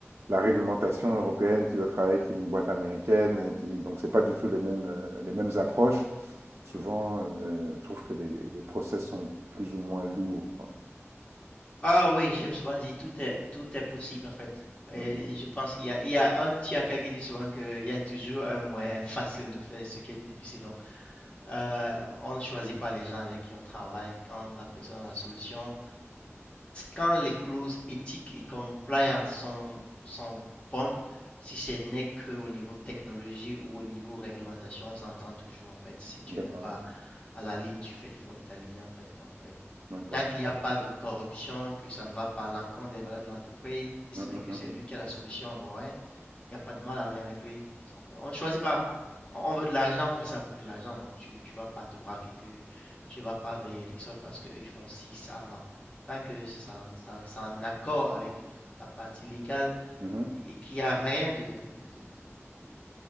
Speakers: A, on the right; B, on the left.
A: la réglementation européenne qui va travailler avec une boîte américaine, qui, donc c'est pas du tout les mêmes, euh, les mêmes approches.
B: Mhm.
A: Souvent, euh, je trouve que les, les, les process sont plus ou moins lourds, quoi.
B: Ah oui, j'aime souvent dire tout est tout est possible en fait. Et
A: Mm, mm.
B: je pense qu'il y a, il y a un Thiaka qui dit souvent qu'il y a toujours un moyen facile de faire ce qui est difficile. Donc, euh, on ne choisit pas les gens avec qui on travaille. Quand la personne a la solution, Quand les clauses éthiques et compliance sont, sont bonnes, si ce n'est qu'au niveau technologie ou au niveau réglementation, on s'entend toujours en fait. Si tu
A: D'accord,
B: n'es pas à la ligne, tu fais l'effort de ta ligne en fait. Donc, oui.
A: d'accord.
B: Tant qu'il n'y a pas de corruption, que ça ne va pas à l'encontre des valeurs de l'entreprise,
A: Mm,
B: mais
A: mm,
B: que c'est
A: mm,
B: lui qui a la solution, bon, ouais. Il n'y a pas de mal à aller avec lui. Donc, on ne choisit pas. On veut de l'argent, on fait ça pour de l'argent. Donc, tu ne vas pas te braquer que tu vas pas vers Ericsson parce qu'eux, ils font ci, ça, non. Tant que c'est en, ça- c'est en accord avec le- la partie légale
A: mm. Mhm.
B: et, et qu'il n'y a rien de, de, de, de, de- de-